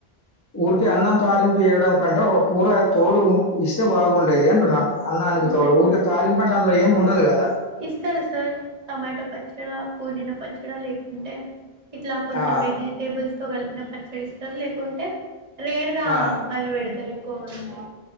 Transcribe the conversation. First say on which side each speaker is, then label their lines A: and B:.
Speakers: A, on the left; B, on the right.
A: ఊరికే అన్నం తారింపు ఏయడం కంటే ఒక కూర తోడు ఇస్తే బాగుండేది అ అంటున్నా అన్ననికి తోడు
B: అంటే
A: ఊకే తాలింపంటే అందులో ఏమి ఉండదు గదా
B: ఇస్తారు సార్ టమాటా పచ్చడ పుదీనా పచ్చడ లేకుంటే ఇట్లా కొంచెం
A: ఆ
B: వెజిటేబుల్స్ తో కలిపిన పచ్చడిస్తారు లేకుంటే రేర్ గా
A: ఆ
B: అది పెడతారు ఎక్కువగా అంటే